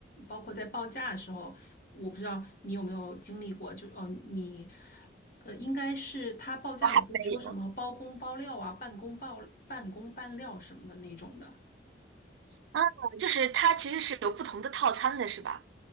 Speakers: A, on the left (about 50°); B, on the right (about 80°).
A: 包括在报价的时候，我不知道你有没有经历过，就哦你。呃，应该是他报价也会说什么包工包料啊、
B: 我还没有
A: 半工包半工半料什么的那种的。
B: 啊，就是它其实是有不同的套餐的，是吧？